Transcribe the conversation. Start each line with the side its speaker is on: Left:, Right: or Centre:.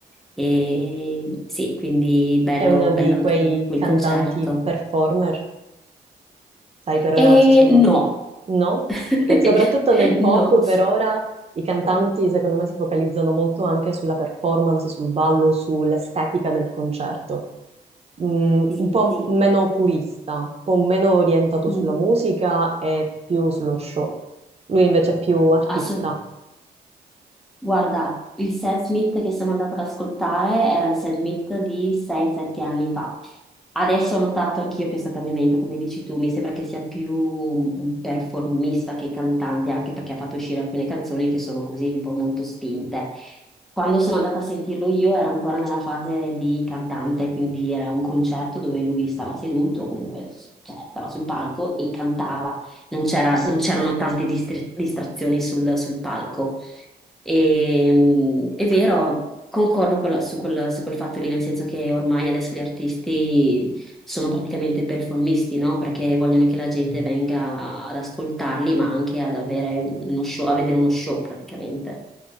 Centre: E sì, quindi bello,
Right: È uno di
Centre: bello anche
Right: quei
Centre: quel
Right: cantanti
Centre: concerto.
Right: performer Sai, per ora
Centre: E
Right: ci sono...
Centre: no,
Right: No?
Centre: <laughs>
Right: Perché soprattutto nel pop
Centre: no,
Right: per ora i cantanti
Centre: sì,
Right: secondo me si focalizzano molto anche sulla performance, sul ballo, sull'estetica del concerto. Mm,
Centre: sì,
Right: un po'
Centre: sì.
Right: meno purista, un po' meno orientato
Centre: Mm.
Right: sulla musica e più sullo show. Lui invece è più artista.
Centre: Asso- Guarda, il Sam Smith che sono andata ad ascoltare era il Sam Smith di 6-7 anni fa. Adesso ho notato anch'io questo cambiamento, come dici tu, mi sembra che sia più un performista che cantante, anche perché ha fatto uscire alcune canzoni che sono così un po' molto spinte. Quando sono andata a sentirlo io era ancora nella fase di cantante, quindi era un concerto dove lui stava seduto, comunque, cioè, stava sul palco e cantava, non c'era- non c'erano tante distra- distrazioni sul sul palco. E, mh, è vero, concordo quella- su quel, su quel fatto lì, nel senso che ormai adesso gli artisti sono praticamente performisti, no? Perché vogliono che la gente venga ad ascoltarli, ma anche ad avere uno show, a vedere uno show praticamente.